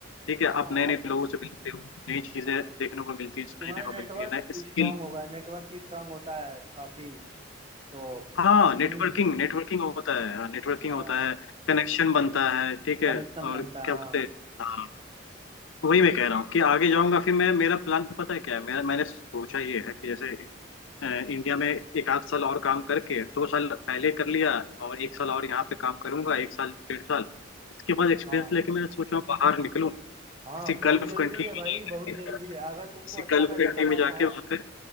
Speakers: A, on the left; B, on the right.
A: ठीक है
B: हाँ
A: आप नए
B: और
A: नए
B: क्या
A: लोगों से मिलते हो नई चीजें
B: हाँ
A: देखने को मिलती है समझने
B: तुम्हारा
A: को
B: नेटवर्क
A: मिलती है नए स्किल
B: स्ट्रांग होगा नेटवर्क स्ट्रांग होता है काफी तो
A: हाँ
B: कंपनी
A: नेटवर्किंग नेटवर्किंग होता है नेटवर्किंग
B: हाँ
A: होता है कनेक्शन बनता है ठीक है
B: कनेक्शन
A: और
B: बनता
A: क्या
B: है
A: बोलते हैं हाँ, वही मैं कह रहा हूँ कि आगे जाऊंगा फिर मैं मेरा प्लान पता है क्या है मेरा मैंने सोचा ये है कि जैसे अ, इंडिया में एक आध साल और काम करके दो साल पहले कर लिया और एक साल और यहाँ पे काम करूंगा एक साल डेढ़ साल उसके बाद एक्सपीरियंस
B: हाँ
A: लेके मैं सोच रहा हूँ बाहर निकलूं किसी
B: हाँ बहुत
A: गल्फ
B: जरूरी
A: कंट्री
B: है
A: में
B: भाई बहुत जरूरी
A: जाके
B: है अगर
A: किसी
B: तुमको अच्छा
A: गल्फ
B: पैसा
A: कंट्री
B: कमाना
A: में जाके
B: है
A: वहाँ पे